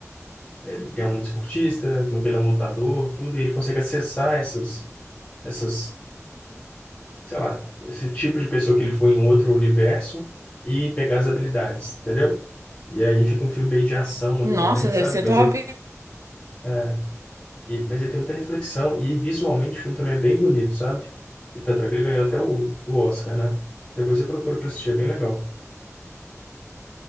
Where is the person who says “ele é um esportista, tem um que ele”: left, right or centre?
Left